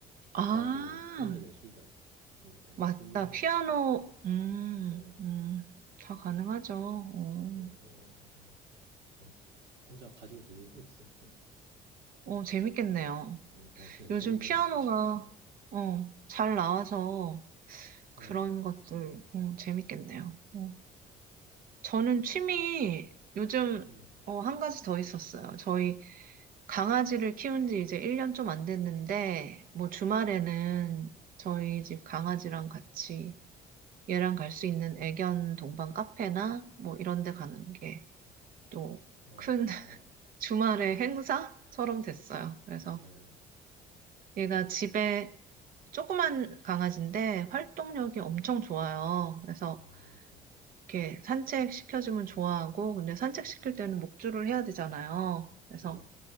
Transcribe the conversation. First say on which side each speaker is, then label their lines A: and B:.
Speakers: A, on the right; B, on the right.
A: 기타도
B: 아,
A: 소리를 낼 수가 있으니까 뭐
B: 맞다.
A: 그런
B: 피아노,
A: 거
B: 음,
A: 네네
B: 음, 다 가능하죠.
A: 그래서
B: 어,
A: 그런 거 해서 그냥 혼자 가지고 놀고 있어요 그냥
B: 어, 재밌겠네요.
A: 네어 진짜
B: 요즘
A: 재미는
B: 피아노가,
A: 있어요 네네
B: 어, 잘 나와서 그런
A: 네.
B: 것들, 음, 재밌겠네요. 어. 저는 취미, 요즘,
A: 네.
B: 어, 한 가지 더 있었어요. 저희 강아지를 키운 지 이제 1년 좀 안 됐는데, 뭐 주말에는
A: 음,
B: 저희 집 강아지랑 같이 얘랑 갈 수 있는 애견 동반 카페나 뭐 이런 데 가는 게 또
A: 어,
B: 큰 <laughs> 주말의 행사처럼 됐어요. 그래서
A: 네네.
B: 얘가 집에 조그만 강아지인데 활동력이 엄청 좋아요. 그래서
A: 어,
B: 이렇게 산책 시켜주면 좋아하고, 근데 산책 시킬 때는 목줄을 해야 되잖아요. 그래서
A: 그죠.